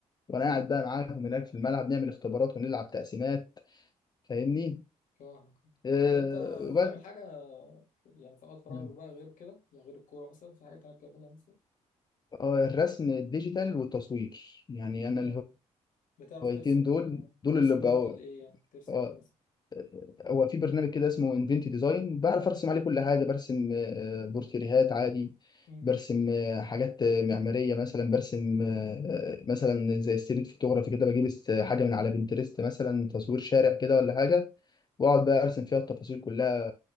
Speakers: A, on the left; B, on the left.
A: وانا قاعد بقى معاهم هناك في الملعب نعمل اختبارات ونلعب تقسيمات فاهمني
B: فاهمك
A: آه...
B: طب انت بتعمل
A: وبس
B: حاجة في- يعني في اوقات فراغك
A: مم.
B: بقى غير كده يعني غير الكورة مثلا في حاجة تانية بتعملها مثلا
A: آه، الرسم الديجيتال والتصوير يعني انا
B: اه بتعرف
A: الهوايتين
B: ترسم
A: دول
B: آه،
A: دول
B: ترسم
A: اللي بقوا
B: ديجيتال ايه يعني ترسم
A: آه،
B: ايه مثلا
A: هو في برنامج كده اسمه انفنتي ديزاين بعرف ارسم عليه كل حاجه برسم آه، بورتريهات عادي
B: امم
A: برسم آه، حاجات آه، معماريه مثلا برسم آه، مثلا زي ستريت فوتوغرافي كده بجيب است- حاجه من على بنترست مثلا تصوير شارع كده ولا حاجه واقعد بقى ارسم فيها التفاصيل كلها